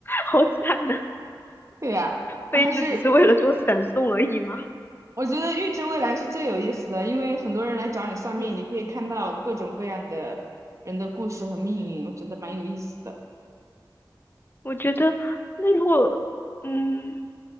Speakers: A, on the left (about 30°); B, on the right (about 40°).
A: 好惨呐、
B: 对呀，
A: 飞就只是为了做闪送而已吗？
B: 还是我觉得预知未来是最有意思的，因为很多人来找你算命，
A: 嗯
B: 你可以看到各种各样的人的故事和命运，我觉得蛮有意思的。
A: 我觉得，那如果，嗯，